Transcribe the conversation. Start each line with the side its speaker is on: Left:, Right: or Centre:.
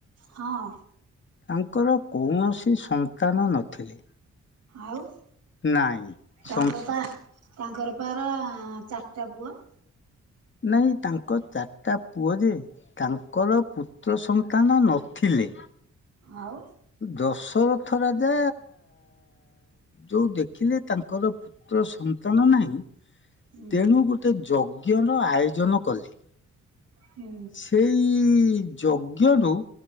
Right: ହଁ
Left: ତାଙ୍କର କୌଣସି ସନ୍ତାନ ନଥିଲେ।
Right: ଆଉ
Left: ନାଇଁ ସନ୍
Right: ତାଙ୍କର ବା ତାଙ୍କର ପାରା ଚାରିଟା ପୁଅ?
Left: ନାଇଁ ତାଙ୍କର ଚାରିଟା ପୁଅ ଯେ ତାଙ୍କର ପୁତ୍ର ସନ୍ତାନ ନଥିଲେ।
Right: ଆଉ?
Left: ଦଶରଥ ରାଜା ଯୋଉ ଦେଖିଲେ ତାଙ୍କର ପୁତ୍ର ସନ୍ତାନ ନାହିଁ।
Right: ହୁଁ
Left: ତେଣୁ ଗୋଟେ ଯଜ୍ଞ ର ଆୟୋଜନ କଲେ।
Right: ହୁଁ
Left: ସେଇ ଯଜ୍ଞରୁୁ